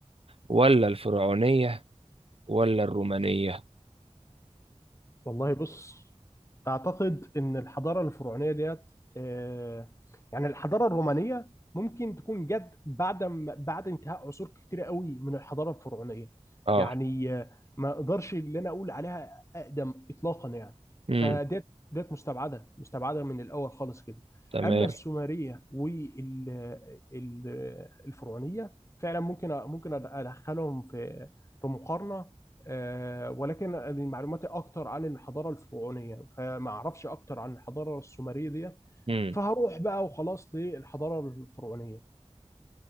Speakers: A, on the right; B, on the left.
A: ولا الفرعونيه ولا الرومانيه
B: والله بص أعتقد إن الحضارة الفرعونية ديت آه، يعني الحضارة الرومانية ممكن تكون جت بعد ما- بعد انتهاء عصور كتيرة قوي من الحضارة الفرعونية
A: اه
B: يعني آه، ما أقدرش اللي أنا أقول عليها أقدم إطلاقا يعني
A: امم
B: فديت ديت مستبعدة مستبعدة من الأول خالص كده
A: تمام
B: أما السومرية والفرعونية فعلا ممكن أ- ممكن أدخلهم في في مقارنة آه، ولكن أنا معلوماتي اكتر عن الحضاره الفرعونيه فما اعرفش اكتر عن الحضاره السومريه ديت
A: امم
B: فهروح بقى وخلاص للحضاره الفرعونيه